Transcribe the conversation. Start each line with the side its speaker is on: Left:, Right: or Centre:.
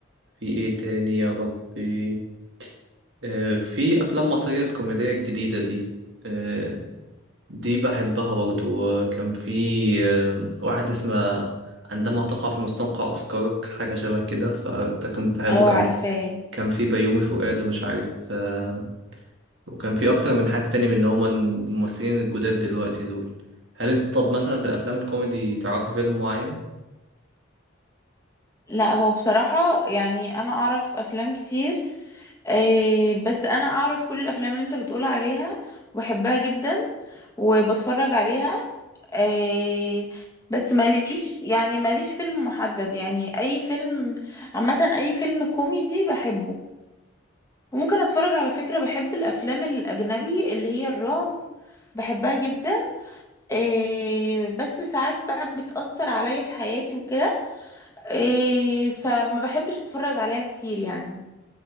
Right: في ايه تاني يا ربي إيه، في افلام مصريه الكوميديه الجديده دي إيه، دي بحبها برضو كان في آم، واحد اسمه عندما تقع في مستنقع افكارك حاجه شبه كده فده كنت بحبه
Left: او
Right: كان
Left: عارفاه
Right: كان في بيومي فؤاد ومش عارف آه، وكان في اكتر من حد تاني من اللي هما الممثلين الجداد دلوقتي دول هل انت طب مثلا في الافلام الكوميدي تعرفي فيلم معين
Left: لا هو بصراحة يعني انا اعرف افلام كتير أي بس انا اعرف كل الافلام اللي انت بتقول عليها وبحبها جدا وبتفرج عليها أي بس ماليش يعني ماليش فيلم محدد يعني اي فيلم عامة اي فيلم كوميدي بحبه وممكن اتفرج على فكرة بحب الافلام الاجنبي اللي هي الرعب بحبها جدا إيه بس ساعات بقى بتأثر عليا في حياتي وكده إيه فما بحبش اتفرج عليها كتير يعني